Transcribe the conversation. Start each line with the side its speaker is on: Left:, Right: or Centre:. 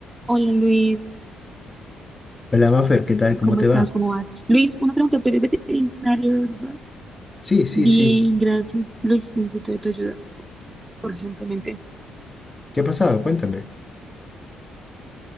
Right: Hola Luis,
Left: Hola, Maffer, ¿qué tal? ¿Cómo
Right: ¿cómo
Left: te
Right: estás?
Left: va?
Right: ¿Cómo vas? Luis, una pregunta, tú eres veterinario, ¿verdad?
Left: Sí, sí,
Right: Bien,
Left: sí.
Right: gracias. Luis, necesito de tu ayuda urgentemente.
Left: ¿Qué ha pasado? Cuéntame.